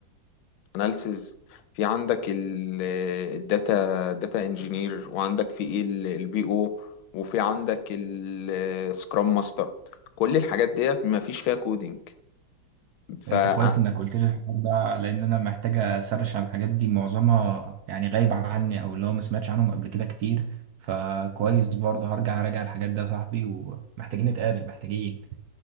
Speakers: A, on the left (about 80°); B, on the right (about 70°).
A: اناليسز في عندك الداتا داتا انجينير وعندك في ايه البي او وفي عندك السكرام ماستر كل الحاجات ديت ما فيش فيها كودينج ف
B: انت
A: آه،
B: كويس انك قلت لي الحوار ده لان انا محتاج اسرش عن الحاجات دي معظمها يعني غايب عني او اللي هو ما سمعتش عنهم قبل كده كتير فكويس برضه هرجع اراجع الحاجات ده يا صاحبي ومحتاجين نتقابل محتاجين